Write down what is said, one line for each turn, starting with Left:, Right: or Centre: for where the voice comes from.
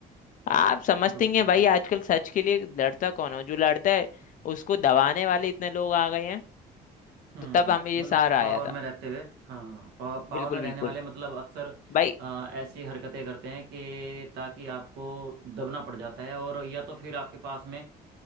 Left: आप समझते
Right: बहुत
Left: हैं
Right: बढ़िया
Left: भाई आजकल सच के लिए लड़ता कौन हो जो लड़ता है उसको दबाने वाले इतने लोग आ गए हैं
Right: हम्म
Left: तो तब हमें ये
Right: मतलब
Left: सहारा
Right: पावर
Left: आया
Right: में
Left: था
Right: रहते हुए हाँ पावर पावर
Left: बिल्कुल
Right: में
Left: बिल्कुल
Right: रहने वाले मतलब अक्सर
Left: भाई
Right: अ, ऐसी हरकतें करते हैं कि ताकि आपको दबना पड़ जाता है और या तो फिर आपके पास में